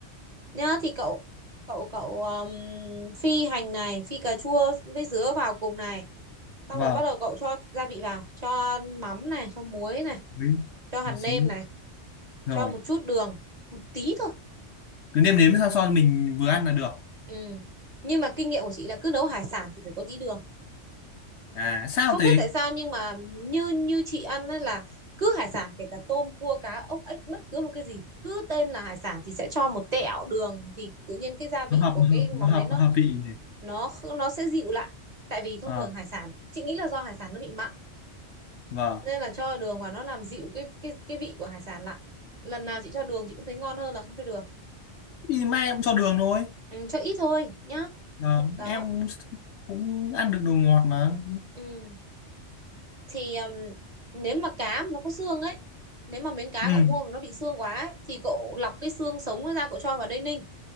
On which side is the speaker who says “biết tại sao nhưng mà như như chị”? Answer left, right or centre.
Right